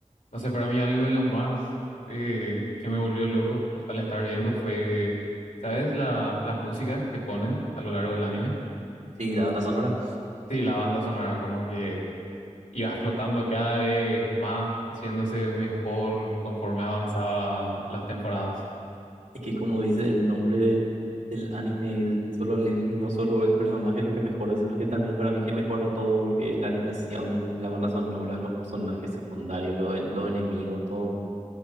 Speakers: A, on the left (about 80°); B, on the right (about 70°).
A: No sé, para mí algo de lo más eh, que me volvió loco al estar viendo fue, ¿sabes? La- las músicas que ponen a lo largo del anime.
B: Sí, la banda sonora.
A: Sí, la banda sonora, como que y va explotando cada vez más, haciéndose mejor conforme avanzaban las temporadas.
B: Es que como dice el nombre del, del anime, el Solo Leveling, no solo el personaje es lo que mejora, sino que también para mí que mejora todo lo que es la animación, la banda sonora, los personajes secundarios, los, en- los enemigos, todo.